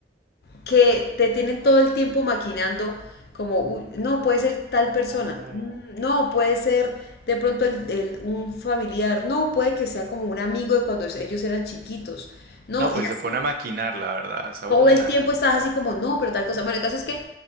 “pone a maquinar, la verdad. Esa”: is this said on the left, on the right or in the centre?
Right